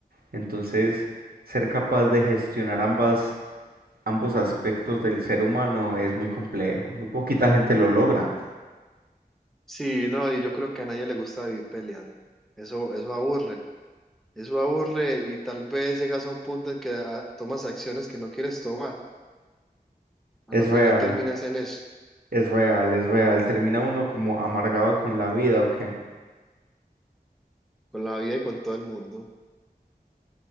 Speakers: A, on the right (about 70°); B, in the centre.
A: Entonces, ser capaz de gestionar ambas, ambos aspectos del ser humano es muy complejo. Muy poquita gente lo logra.
B: Sí, no, y yo creo que a nadie le gusta vivir peleando. Eso, eso aburre, eso aburre y tal vez llegas a un punto en que ah, tomas acciones que no quieres tomar. A
A: Es
B: la
A: real.
B: final terminas en eso,
A: Es real, es real. Termina uno como amargado con la vida, ¿o qué?
B: con la vida y con todo el mundo.